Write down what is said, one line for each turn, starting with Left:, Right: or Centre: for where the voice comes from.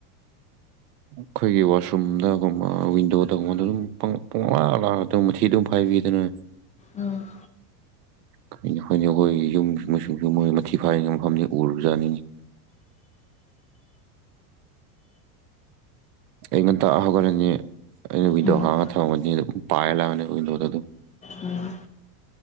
Right: <unintelligible> ꯈꯣꯏꯒꯤ ꯋꯥꯁꯔꯨꯝꯗꯒꯨꯝꯕ ꯋꯤꯟꯗꯣꯗꯒꯉꯣꯟꯗ ꯑꯗꯨꯝ ꯄꯨꯡꯂꯥꯛ ꯂꯥꯛꯑ ꯑꯗꯨ ꯃꯊꯤ ꯑꯗꯨꯝ ꯐꯥꯏꯕꯤ ꯗꯅ
Left: ꯎꯝ
Right: <unintelligible> ꯌꯨꯝ ꯃꯁꯨ ꯃꯣꯏ ꯃꯊꯤ ꯐꯥꯏꯅꯉꯥꯏ ꯃꯐꯝꯅꯤ ꯎꯔꯨꯔꯖꯠꯅꯤꯡꯅꯦ ꯑꯌꯨꯛ ꯉꯥꯟꯇꯥ ꯍꯧꯒꯔꯅꯤ ꯑꯩꯅ ꯋꯤꯟꯗꯣ
Left: ꯎꯝ
Right: ꯍꯥꯡꯔ ꯊꯅꯝꯃꯅꯤ ꯄꯥꯏꯔ ꯂꯥꯛꯑꯅꯤ ꯋꯤꯟꯗꯣꯗ ꯗꯨꯝ
Left: ꯎꯝ